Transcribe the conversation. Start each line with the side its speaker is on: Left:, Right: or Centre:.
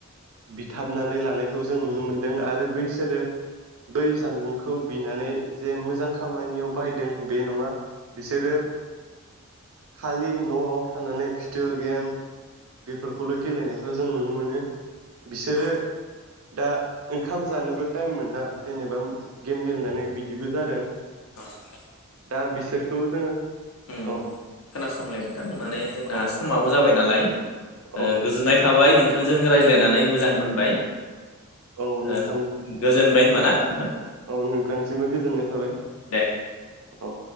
Right: बिथाबनानै लानायखौ जों नुनो मोनदों आरो बैसोरो बै जानबुंखौ बिनानै जे मोजां खामानियाव बाहायदों बे नङा बिसोरो खालि नआव थानानै भिडिअ गेम बेफोरखौल गेलेनायखौ जों नुनो मोनो बिसोरो
Left: औ
Right: दा ओंखाम जानोबो टाइम मोना जेनेबा गेम गेलेनानै बिदिबो जादों
Left: <unintelligible>
Right: दा बिसोरखौ जोङो
Left: ओम
Right: औ
Left: खोनासंलाय नोंथां माने जोंना
Right: औ
Left: समाबो जाबाय नालाय
Right: औ
Left: ओ गोजोननाय थाबाय नोंथांजों रायज्लायनानै मोजां मोनबाय
Right: औ नोंथां
Left: ओ गोजोनबाय होनबा ना नोंथां
Right: औ नोंथांसिमबो गोजोननाय थाबाय
Left: दे
Right: औ